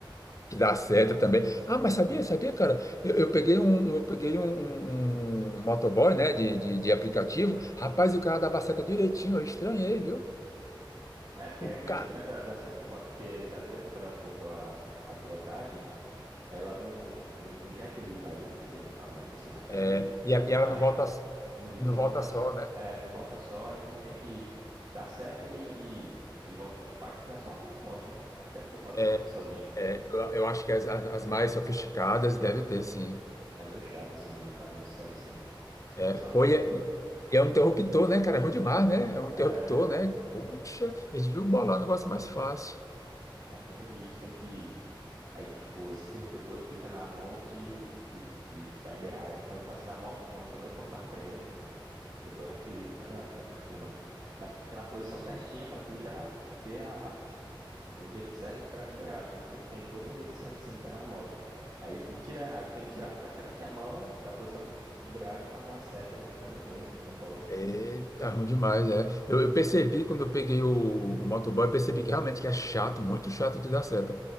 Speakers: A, on the left; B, on the right.
A: que dá seta também. Ah, mas sabia, sabia, cara? Eu, eu peguei um, um, eu peguei um, um- um um motoboy, né, de, de, de aplicativo. Rapaz,
B: Hum.
A: o cara dava seta direitinho, eu estranhei, viu?
B: É porque
A: O
B: é meio
A: cara.
B: estranho dar, dar seta de moto, porque além de atrapalhar um pouco a, a pilotagem, ela não, não, não tem aquele barulho que tem no carro, né? Que você consegue
A: É, e,
B: ficar
A: a- e
B: vendo.
A: ela
B: E
A: não volta,
B: não, não
A: não volta
B: volta
A: só,
B: só.
A: né?
B: É, não volta só, aí tu tem que dar seta e, e, e volta. Eu Acho que tem só algumas motos. não- Acho que deve ter moto
A: É,
B: que volta sozinho.
A: É, eu, eu acho que as, as- as mais sofisticadas devem ter, sim.
B: É meio chato, assim, de ficar dando seta assim. Isso
A: É,
B: que o pessoal
A: pô,
B: não dá.
A: e é, e é um interruptor, né, cara? É ruim demais, né? É um
B: É,
A: interruptor, né? Poxa,
B: é,
A: a gente viu bolar um negócio mais fácil.
B: é ruim. E tu tem que. Aí, tipo, esse interruptor todo fica na mão de, de, de- da embreagem. Então, tipo assim, na moto, quando, pelo menos quando eu tava aprendendo, né? que eu não- Depois eu acho que o cara se acostuma. Mas tu fica na posição certinha pra tu já ter a. o jeito certo de pegar na embreagem, né? Porque tem todo um jeito certo assim de pegar na moto. Aí tu tira, aí tu tem que tirar praticamente a mão da posição de embreagem pra dar seta aí fica meio ruim assim de controlar.
A: Eita, ruim demais, é. Eu, eu percebi quando eu peguei o, o motoboy, eu percebi que realmente que é chato, muito chato de dar seta.